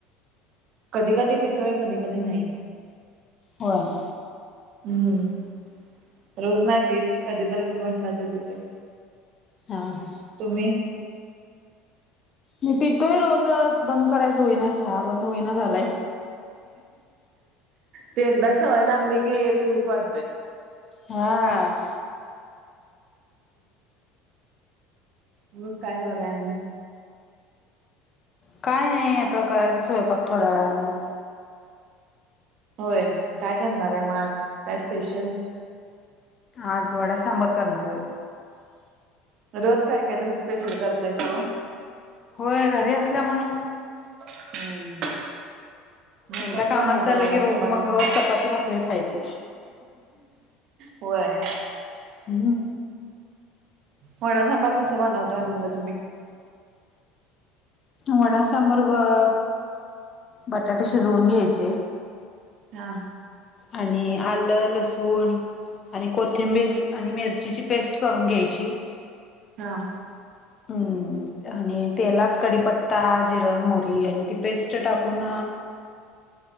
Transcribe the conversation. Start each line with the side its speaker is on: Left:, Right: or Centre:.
Right: कधी कधी पितोय, कधी कधी नाही.
Left: होय
Right: हम्म, रोज नाही पित कधी तर पिऊ वाटला तर पिते.
Left: आ हा.
Right: तुम्ही
Left: मी पितोय रोजच बंद करायच होईना चहा बंद होईना झालाय.
Right: ते एकदा सवय लागली की पेऊच वाटतय
Left: हा.
Right: मग काय करालाय आणि?
Left: काय नाही आता करायचं स्वयंपाक थोड्या वेळानं.
Right: होय काय करणार आहे म आज काय स्पेशल?
Left: आज वडा सांबर करणार आहे बघ
Right: रोज काय काय तर स्पेशल करतायसा ओ
Left: होय घरी असल्यामुळे
Right: हम्म मग
Left: एकदा
Right: कसं
Left: कामाला
Right: बनवताय
Left: चाललं
Right: वडा
Left: की रोग
Right: सांबार
Left: मग
Right: तुम्ही
Left: रोज च पाती भाकरी खायची
Right: होय.
Left: हम्म
Right: वडा सांबार कसं बनवताय म्हणलं तुम्ही
Left: वडा सांबर बघ, बटाटे शिजवून घ्यायचे.
Right: हा
Left: आणि आलं लसूण आणि कोथिंबीर आणि मिरचीची पेस्ट करून घ्यायची
Right: हा.
Left: <inaudible> हम्म आणि तेलात कडीपत्ता जिरं मोहरी आणि ती पेस्ट टाकून